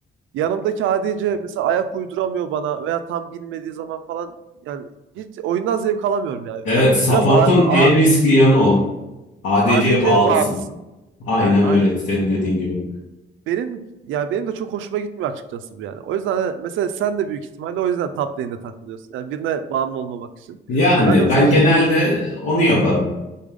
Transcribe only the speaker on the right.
Yanımdaki ADC mesela ayak uyduramıyor bana veya tam bilmediği zaman falan yani hiç oyundan zevk alamıyorum yani.
Yani
biraz A-
A-
ADC'ye
bağımlısın.
Evet aynen.
Benim ya benim de çok hoşuma gitmiyor açıkçası bu yani. O yüzden hani mesela sen de büyük ihtimalle o yüzden top lane'de takılıyorsun. Yani birine bağımlı olmamak için.
Ben de mesela
j-
j-